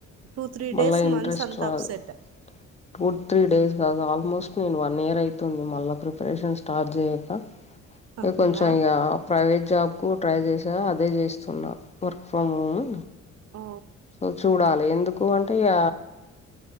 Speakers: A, on the right; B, on the left.
A: టూ త్రీ
B: మళ్ళా
A: డేస్
B: ఇంట్రెస్ట్
A: మంత్స్ అంతా
B: రాదు
A: అప్సెట్
B: టూ త్రీ డేస్ కాదు ఆల్మోస్ట్ నేను వన్ ఇయర్ అయితుంది మళ్ళ ప్రిపరేషన్ స్టార్ట్ చేయ క ఇక
A: అవునా
B: కొంచెం ఇగ ప్రైవేట్ జాబ్కు ట్రై చేసా అదే చేస్తున్నా వర్క్ ఫ్రమ్ హోము
A: ఓ
B: సో చూడాలి ఎందుకు అంటే ఇగ